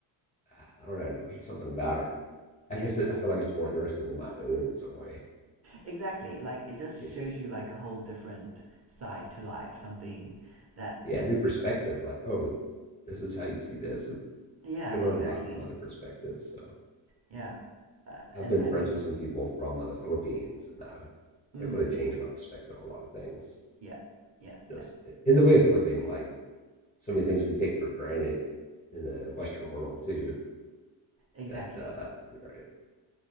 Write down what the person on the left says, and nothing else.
uh, I don't know, there's just something about it.
I guess it, I feel like it's more interesting than my own in some way.
Yeah,
yeah, new perspective. Like, oh, this is how you see this. so
You can
learn a lot from other perspectives. So
I've
been friends
with some people from uh, the Philippines, and I've
it really changed my perspective on a lot of things.
Just in the way of living, like so many things we take for granted in the Western world too.
That uh, right,